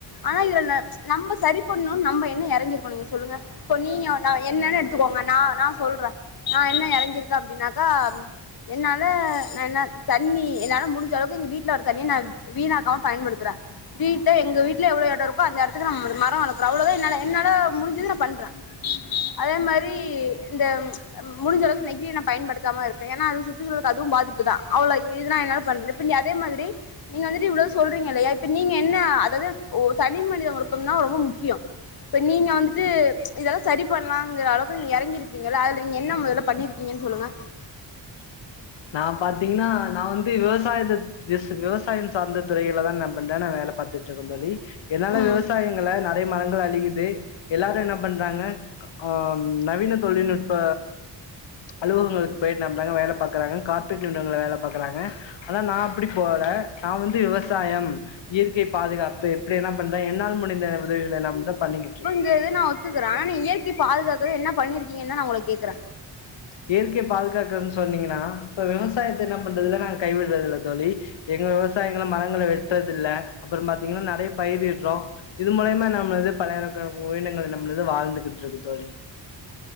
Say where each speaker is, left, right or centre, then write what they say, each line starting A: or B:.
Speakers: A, on the left; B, on the left.
A: ஆனா இதுல ந நம்ம சரி பண்ணுன்னு நம்ம என்ன எறங்கிருக்கோ நீங்க சொல்லுங்க இப்போ நீங்க நா என்னனு எடுத்துக்கோங்க நா நா சொல்றே நா என்ன எறங்கிருக்கே அப்டினாக்கா என்னால நா என்ன த ண்ணி என்னால முடிஞ்ச அளவுக்கு எங்க வீட்ல வர தண்ணிய நா வீணாக்காம பயன்படுத்துற வீட்ல எங்க வீட்ல எவ்ளோ எடோ இருக்கோ அந்த எடத்துக்கு நம் மரோ வளக்குற அவ்ளோதா என்னால என்னால முடிஞ்சத நா பண்ற அதே மாரி இந்த ப்ச் முடிஞ்சளவுக்கு நெகிழிய நா பயன்படுத்தாம இருக்கே ஏனா அது சுற்றுச்சூழலக்கு அதும் பாதிப்பு தா அவ்ளோ இதுதா என்னால பண் இப்ப நீ அதே மாதிரி நீங்க வந்துட்டு இவ்ளோ சொல்றீங்க இல்லையா இப்ப நீங்க என்ன அதாது ஒ தனி மனித ஒழுக்கம் தா ரொம்ப முக்கியம் இப்ப நீங்க வந்துட்டு இதல்லா சரி பண்லாங்குற அளவுக்கு நீங்க எறங்கிருப்பீங்கல அதுல நீங்க என்ன மொதல்ல பண்ணிருக் கீங்கன் சொல்லுங்க
B: நா பாத்தீங்கன்னா நா வந்து விவசாயத்த எஸ் விவசாயம் சார்ந்த துறையில தா நா பண்ற நா வேல பாத் துட்ருக்கம் தோழி என்னால
A: ம்
B: விவசாயங்கள நெறைய மரங்கள் அழியுது எல்லாரு என்ன பண்றாங்க ஆ ம் நவீன தொழில்நுட்ப அலுவகங்களுக்கு போயிட்டு நம்பாளு வேல பாக்கறாங்க கார்பரேட் நிருவனங்கள்ள வேல பாக்கறாங்க ஆனா நா அப்பிடி போல நா வந்து விவசாயம் இயற்கை பாதுகாப்பு இப்டி என்னா பண்றே என்னால முடிந்த உதவிகளாம்தா பண்ணிக்கிட்ருக்
A: இது வந்து நா ஒத்துக்கறே ஆனா இயற்கை பாதுகாக்க என்ன பண்ணிருக்கீங்கன் தா நா உங்கள கேக்கற
B: இயற்கை பாதுகாக்கன் சொன்னீங்கன்னா இப்ப விவசாயத்த என்னாப் பண்றதுல்ல நாங் கைவிடுறதில்ல தோழி எங்க விவசாயங்கள்ள மரங்கள வெட்றதுல்ல அப்புறம் பாத்தீங்கன்னா நறைய பயிரிட்றோ இது மூலையமா நம்மளது பல உயிரினங்கள் நம்மளது வாழ்ந்துகிட்ருக்கு தோழி